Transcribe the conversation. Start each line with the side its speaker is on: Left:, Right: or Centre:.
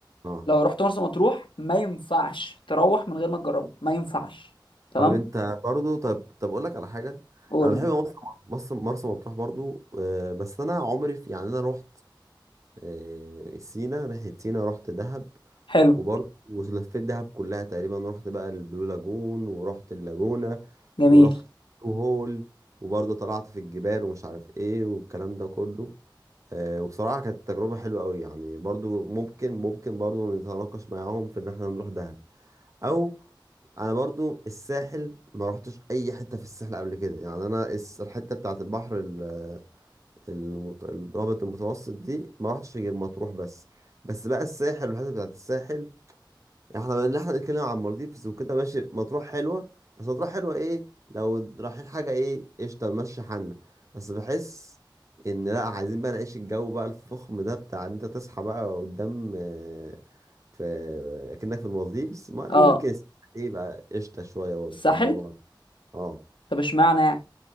Right: اه
Left: لو رحت مرسى مطروح ما ينفعش تروح من غير ما تجربه ما ينفعش تمام
Right: طب انت برضو طب طب اقول لك على حاجة
Left: قول
Right: انا بحب
Left: لي
Right: مرسى مرسى مرسى مطروح برضو آه، بس انا عمري في يعني انا رحت آه، سينا ناحية سينا رحت دهب
Left: حلو
Right: وبرضه ولفيت دهب كلها تقريبا رحت بقى البلو لاجون ورحت اللاجونة
Left: جميل
Right: ورحت البلو هول وبرضه طلعت في الجبال ومش عارف ايه والكلام ده كله آه وبصراحة كانت تجربة حلوة قوي يعني برضه ممكن ممكن برضه نتناقش معاهم في ان احنا نروح دهب او انا برضو الساحل ما رحتش اي حته في الساحل قبل كده يعني انا الس- الحته بتاعت البحر ال- المت- الرابط المتوسط دي ما رحتش غير مطروح بس بس بقى الساحل والحته بتاعت الساحل احنا اللي احنا بنتكلم عن مالديفز وكده ماشي مطروح حلوه بس مطروح حلوه ايه لو رايحين حاجه ايه قشطه نمشي حالنا بس بحس ان لا عايزين بقى نعيش الجو بقى الفخم ده بتاع ان انت تصحى بقى قدام آه، في اكنك في المالديفز ما-
Left: اه
Right: ممكن ايه بقى قشطه شويه برضه
Left: الساحل
Right: في الموضوع ده اه
Left: طب اشمعنى يعني